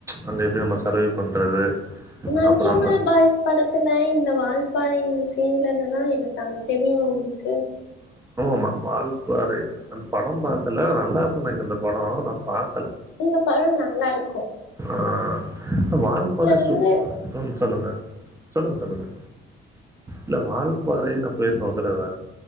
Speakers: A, on the right (about 15°); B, on the left (about 75°).
A: அங்க எப்டி நம்ம சர்வே பண்றது
B: நஞ்சமாள்
A: அப்புறம் அங்க
B: பாய்ஸ் படத்துல இந்த வாழ் <unintelligible> இந்த சீன்ல இருந்துதா எடுத்தாங்க தெரியுமா உங்களுக்கு
A: ஆமா வாழ்ப்பாறை அந்த படம் பார்க்கல நல்லா இருக்கும் நெனைக்கிற அந்த பட நா பாக்
B: இந்த பட நல்லா இருக்கும்
A: ஆ வாழ்ப்பாறை
B: வந்து
A: சூப்பர் அ சொல்லுங்க சொல்லுங்க சொல்லுங்க இல்ல வால்பாறை நா போயிருக்க ஒரு தடவ